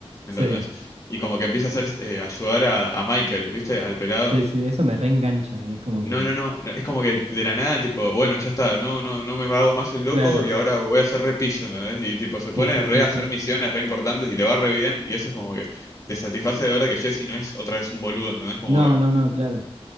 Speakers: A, on the left; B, on the right.
A: ¿entendés?
B: sí,
A: Y como que empieza a hacer, eh, ayudar a, a Michael, ¿viste? Al pelado.
B: sí, sí. Eso me reengancha a mí. Es como que.
A: No, no, no, no, es como que de la nada, tipo, bueno, ya está, no, no, no me hago más el loco
B: Claro.
A: y ahora voy a hacer repillo, ¿entendés? Y tipo, se
B: Sí,
A: pone
B: sí,
A: re
B: sí, sí.
A: a hacer misiones re importantes y le va re bien y eso es como que te satisface de ver que Jesse no es otra vez un boludo, ¿entendés? Como
B: No,
A: que,
B: no, no, claro.